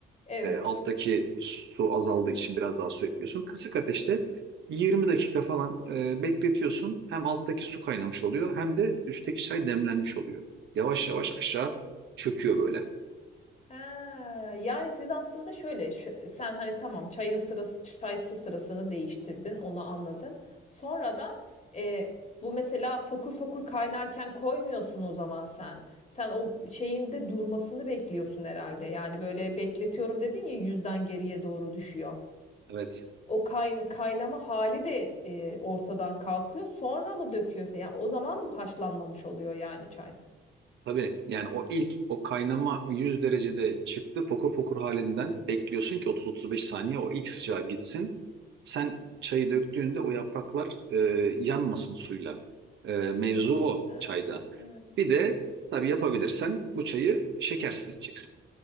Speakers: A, on the left; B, on the right.
A: evet.
B: e, alttaki su azaldığı için biraz daha su ekliyorsun. Kısık ateşte 20 dakika falan e, bekletiyorsun. Hem alttaki su kaynamış oluyor hem de üstteki çay demlenmiş oluyor. Yavaş yavaş aşağı çöküyor böyle.
A: Ha, yani siz aslında şöyle, şu- sen hani tamam çayın sırası, çay su sırasını değiştirdin, onu anladım. Sonradan e, bu mesela fokur fokur kaynarken koymuyorsun o zaman sen. Sen o şeyin de durmasını bekliyorsun herhalde. Yani böyle bekletiyorum dedin ya yüzden geriye doğru düşüyor.
B: Evet.
A: O kayn kaynama hali de e, ortadan kalkıyor. Sonra mı döküyorsun? Yani o zaman mı haşlanmamış oluyor yani çay?
B: Tabii yani o ilk o kaynama 100 derecede çıktı fokur fokur halinden bekliyorsun ki 30-35 saniye o ilk sıcağı gitsin. Sen çayı döktüğünde o yapraklar e, yanmasın suyla. E, mevzu o
A: Ha,
B: çayda.
A: ha.
B: Bir de tabii yapabilirsen bu çayı şekersiz içeceksin.